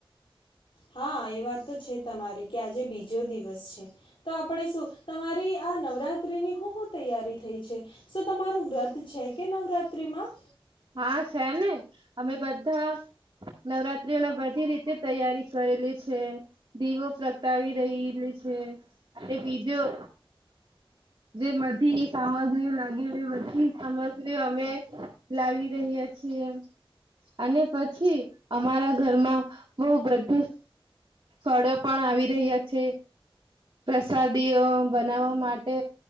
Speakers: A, on the left; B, on the right.
A: હા એ વાત તો છે તમારી કે આજે બીજો દિવસ છે તો આપણે શું તમારી આ નવરાત્રીની શું શું તૈયારી થઈ છે શ તમારું વ્રત છે કે નવરાત્રીમાં?
B: હા છે ને અમે બધા નવરાત્રીઓને બધી રીતે તૈયારી કરેલી છે દીવો પ્રગટાવી રહેલી છે. અને બીજું જે બધી સામગ્રીઓ લાગી એ બધી સામગ્રીઓ અમે લાવી રહ્યા છીએ અને પછી અમારા ઘરમાં બહ બધું ફળો પણ આવી રહ્યા છે. પ્રસાદીઓ બનાવા માટે